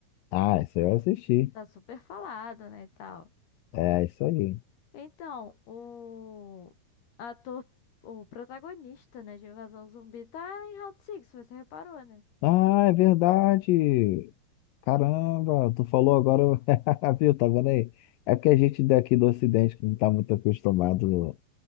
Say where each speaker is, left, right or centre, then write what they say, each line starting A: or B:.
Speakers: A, on the left; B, on the left.
A: Ah, isso aí eu assisti.
B: Tá super falado, né, e tal.
A: É, isso aí.
B: Então, o ator, o protagonista, né, de Invasão Zumbi tá em Round Six, você reparou, né?
A: Ah, é verdade. Caramba, tu falou agora, eu- <laughs> viu? Tá vendo aí? É porque a gente daqui do Ocidente, que não tá muito acostumado